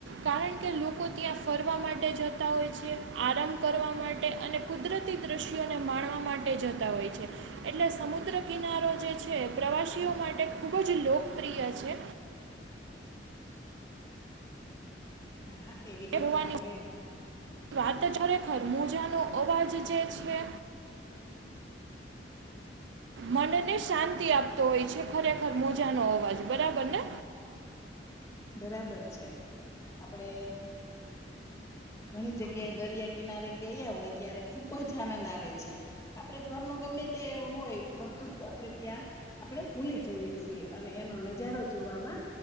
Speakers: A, on the right; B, on the left.
A: કારણ કે લોકો ત્યાં ફરવા માટે જતા હોય છે. આરામ કરવા માટે અને કુદરતી દ્રશ્યોને માણવા માટે જતા હોય છે. એટલે સમુદ્ર કિનારો જે છે પ્રવાસીઓ માટે ખૂબ જ લોકપ્રિય છે.
B: <inaudible> હા હા એવી રીતે
A: વાની
B: આપડે
A: વાત ખરેખર મોજાનો અવાજ જે છે.
B: <inaudible>
A: મનને શાંતિ આપતો હોય છે ખરેખર મોજાનો અવાજ બરાબર ને
B: બરાબર છે આપડે ઘણી જગ્યાએ દરિયા કિનારે ગયા હોય ત્યારે ખુબ જ આનંદ આવે છે આપડે ઘ એમાં ગમે તે હોય બધું આપે ત્યાં આપણે ભૂલી જઈએ છીએ અને એનો નજારો જોવામાં